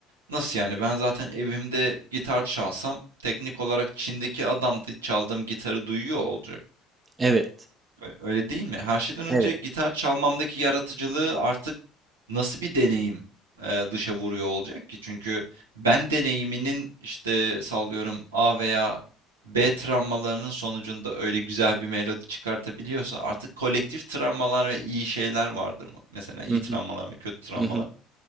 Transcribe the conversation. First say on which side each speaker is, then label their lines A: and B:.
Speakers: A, on the right; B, on the right.
A: nasıl yani ben zaten evimde gitar çalsam teknik olarak Çin'deki adam da çaldığım gitarı duyuyor olacak.
B: evet,
A: Ö- Öyle değil mi? Her şeyden önce
B: evet.
A: gitar çalmamdaki yaratıcılığı artık nasıl bir deneyim e, dışa vuruyor olacak ki? Çünkü ben deneyiminin işte sallıyorum A veya B travmalarının sonucunda öyle güzel bir melodi çıkartabiliyorsa artık kolektif travmalar ve iyi şeyler vardır mı? Mesela iyi
B: Hı hı
A: travmalar ve kötü travmalar.
B: hı hı.